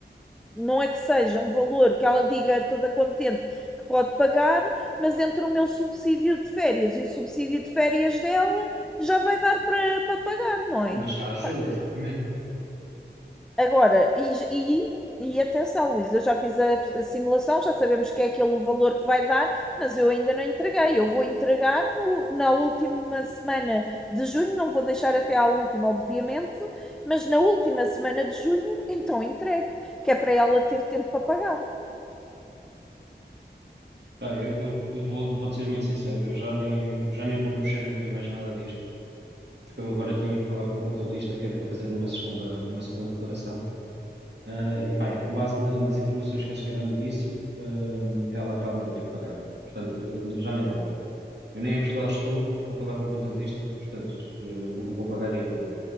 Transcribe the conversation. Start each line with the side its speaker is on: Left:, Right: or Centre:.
Centre: não é que seja um valor que ela diga toda contente que pode pagar, mas entre o meu subsídio de férias e o subsídio de férias dela, já vai dar para para pagar, não é?
Right: mas já ajuda,
Centre: Pá,
Right: exatamente.
Centre: Agora, e, e, e atenção, Luísa, eu já fiz a, a simulação, já sabemos que é aquele o valor que vai dar, mas eu ainda não entreguei. Eu vou entregar no- na última semana de junho, não vou deixar até à última, obviamente, mas na última semana de junho, então entrego, que é para ela ter tempo para pagar.
Right: Pá, eu, eu, eu vou, vou ser muito sincero, eu já nem, já nem vou me mexer em mais nada disto, porque eu agora tinha que falar com um contabilista que era para fazer uma segunda, uma segunda declaração. Ah, e pá, e com base na- nas informações que a senhora me disse, ah, ela realmente tem que pagar. Portanto, já nem vale a pena. Eu nem em Portugal estou para falar com um contabilista, portanto, eh, vou vou pagar e acabou.